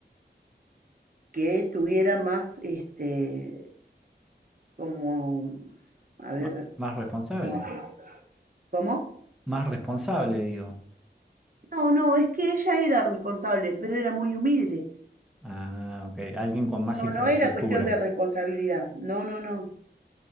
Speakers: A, on the right; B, in the centre.
A: que tuviera más, este, como, a ver,
B: Ma- Más responsable.
A: ¿cómo se dice? ¿Cómo?
B: Más responsable, digo.
A: No, no, es que ella era responsable, pero era muy humilde.
B: Ah, ok. Alguien con más
A: No,
B: infraestructura.
A: no era cuestión de responsabilidad. No, no, no.